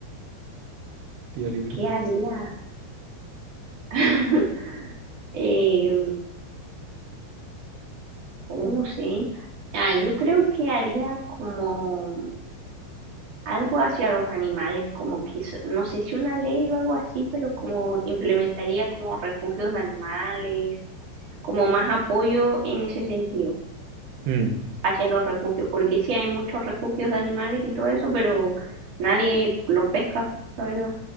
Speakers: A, on the right; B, on the right.
A: <laughs> día libre.
B: ¿Qué haría? <laughs> eh, oh, no sé. Ah, yo creo que haría como algo hacia los animales, como quizá, no sé si una ley o algo así, pero como implementaría como refugios de animales, como más apoyo en ese sentido
A: Mm,
B: hacia los refugios, porque sí hay muchos refugios de animales y todo eso, pero nadie los pesca, la verdad.